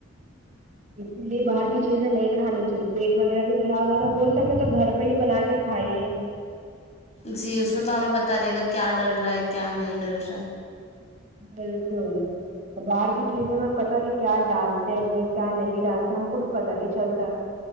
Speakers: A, on the right; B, on the left.
A: اسی لیے باہر کی چیزیں نہیں کھانی چاہیے پیٹ وغیرہ بھی خراب ہوتا ہو سکے تو گھر پہ ہی بنا کے کھائیے
B: جی اس میں تو ہمیں پتا رہے گا کیا ڈل رہا ہے کیا نہیں ڈل رہا ہے
A: بلکل باہر کی چیزیں میں پتتا نہیں کیا ڈال تے ہیں کیا نہیں ڈالتے ہم کو بھی پتا نہیں چلتا